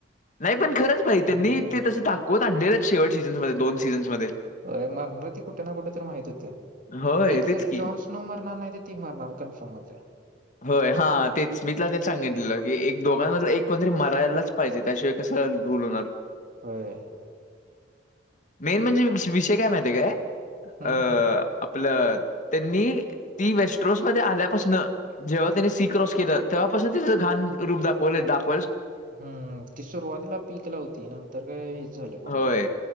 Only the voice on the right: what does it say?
हम्म
हम्म.
अ मरणार ती कुठे ना कुठे तरी माहित होत.
एक
तर
जॉन्सनो मरणार नाही तर ती मरणार कन्फर्म मते.
होय
हम्म
हम्म ती सुरुवातीला पीक लावती नंतर काय हेच झालं पुन्हा.